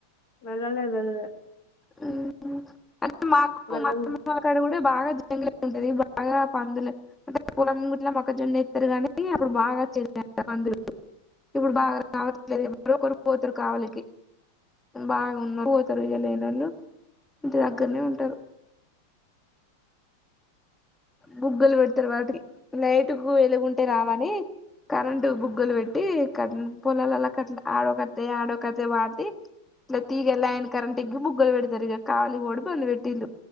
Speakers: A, on the left; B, in the centre.
A: వెళ్ళలె వెళ్ళలే
B: హ్ అంటే మాకు
A: వెళ్ళం
B: మా అత్తమ్మ వాళ్ళ కాడా బాగా జంగలి ఉంటది బాగా ఇంకా పందులు అంటే పొలం గిట్లా మొక్కజొన్న ఎత్తర్ గనీ అప్పుడు బాగా అచ్చేది పందులు ఇప్పుడు బాగా రావట్లేదు ఎవరో ఒకరు పోతరు కావలికి బాగా ఉన్నో పోతరు ఇగ లేనోళ్ళు ఇంటి దగ్గరనే ఉంటరు బుగ్గలు పెడతరు వాటికి లైటు కు ఎలుగుంటే రావని కరెంటు బుగ్గలు పెట్టి కరె పొలాలక్ కట్ల ఆడోకట్టే ఆడోకట్టే పాతి ఇట్ల తీగే లైన్ కరెంట్ ఇగ్గి బుగ్గలు పెడతరు ఇగ కావాలి పోవుడు బందు పెట్టిళ్ళు